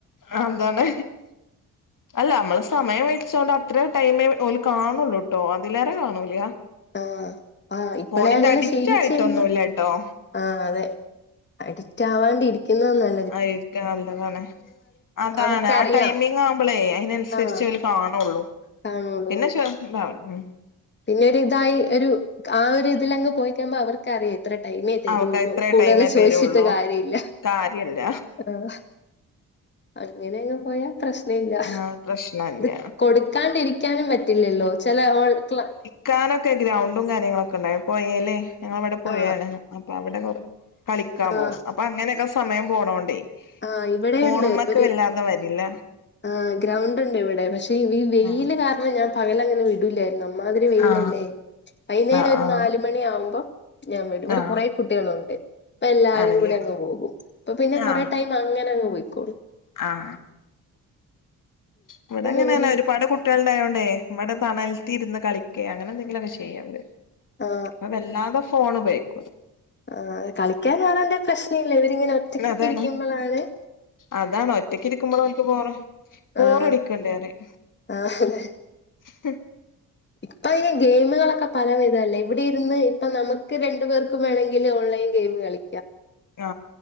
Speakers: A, on the left (about 55°); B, on the left (about 30°).
A: ആഹ് അതാണ് അല്ല നമ്മള് സമയം വെച്ചോണ്ട് അത്ര ടൈമേ ഓല് കാണുള്ളൂട്ടോ അതിലേറേ കാണൂല.
B: ആഹ് ആ ഇപ്പളെ
A: ഫോണിന്റെ
B: അങ്ങനെ
A: അഡിക്റ്റ്
B: ശീലിച്ച്
A: ആയിട്ടൊന്നുല്ലട്ടോ
B: കഴിഞ്ഞ ആ അതെ അഡിറ്റ് ആവാണ്ടി ഇരിക്കുന്ന നല്ലേ.
A: ആയിരിക്ക നല്ലതണെ അതാണ്
B: അവർക്കറിയാം
A: ആ ടൈംമിങ് ആവുമ്പളേ അതിനനുസരിച്ച്
B: ആഹ്
A: ഓൽ ഇപ്പ ആവണേ ഉള്ളൂ
B: <unintelligible>
A: പിന്നെ ചേർക്കണ്ട ആവിശ്യം ഇല്ല
B: പിന്നെ ഒരു ഇതായി ഒരു ആ ഒരു ഇതിലങ്ങ് പോയിക്കഴുമ്പോ അവർക്ക് അറിയാം ഇത്ര ടൈമേ തെരുവുള്ളൂ
A: അവക്ക് ഇത്രേ
B: കൂടുതല്
A: ടൈമേ
B: ചോയ്ച്ചിട്ട്
A: തരുള്ളൂ
B: കാര്യല്ല
A: കാര്യല്ല
B: ആഹ് അങ്ങനെ അങ്ങ് പോയാ പ്രശ്നമില്ല
A: ആ പ്രശ്നല്ല
B: ഇത് കൊടുക്കാണ്ടിരിക്ക ചോദിക്കാനും പറ്റില്ലല്ലോ ചെല ഓൾ ക്ലാ
A: ക്കാനൊക്കെ ഗ്രൗണ്ടും കാര്യങ്ങളൊക്കെ ഉണ്ടായി പൊഴേലേ ഞങ്ങളവടെ പൊഴയാണ്
B: ആ
A: അപ്പൊ അവിടെ കൊറ - കളിക്കാൻ
B: ആ
A: പോവും അപ്പൊ അങ്ങനൊക്കെ സമയം പോണോണ്ടേ
B: ആ ഇവിടെ
A: ഫോണുമ്മക്ക്
B: ഒണ്ട് ഒരു-
A: വല്ലാതെ വരില്ല
B: ആ ഗ്രൗണ്ട് ഒണ്ട് ഇവടെ പക്ഷെ ഈ വെയില്
A: ആ
B: കാര അങ്ങനെ ഞാൻ പകലങ്ങനെ വിടൂല്ലായിരുന്നു അമ്മാതിരി വെയിലല്ലേ
A: ആ
B: വൈന്നേരം
A: ആ
B: ഒരു
A: ആ
B: നാല് മണി ആവുമ്പം - ഞാൻ വിടും ഇവിടെ
A: ആ
B: കൊറേ കുട്ടികളുണ്ട് അപ്പൊല്ലാരും
A: ആണല്ലേ
B: കൂടി അങ്ങ് പോകും അപ്പ പിന്നെ കൊറേ
A: ആ
B: - ടൈം അങ്ങനെങ്ങ് പോയ്ക്കോളും
A: ആ ഇവിടെ അങ്ങനെ
B: എങ്ങനെ
A: തന്നേ
B: ഇരി
A: ഒരുപാട് കു ട്ടികളണ്ടായൊണ്ടേ ഇവടെ തണൽത്തിരുന്ന് കളിക്കെ അങ്ങനെ എന്തെങ്കിലൊക്കെ ചെയ്യും അവര്
B: ആ
A: അപ്പ വല്ലാതെ ഫോണുപയോഗിക്കൂല
B: ആ കളിക്കാനാളുണ്ടേൽ പ്രശ്നമില്ല ഇവരിങ്ങനെ ഒറ്റക്കൊക്കെ
A: പിന്നെ അതാണ്
B: ഇരിക്കുമ്പോളാണ്-
A: അതാണ് ഒറ്റക്കിരിക്കുമ്പോ ഓൾക്ക് ബോറ് ബോറടിക്ക്ണ്ട്
B: ആഹ്
A: പറയും
B: ആഹ് അതെ
A: <inaudible>
B: ഇപ്പൊ ഈ ഗെയിമുകളൊക്കെ പല വിധവല്ലേ ഇവിടെ ഇരുന്ന് ഇപ്പ നമുക്ക് രണ്ടു പേർക്കും വേണെങ്കി- എങ്കില് ഓൺലൈൻ ഗെയിമ് കളി
A: ആ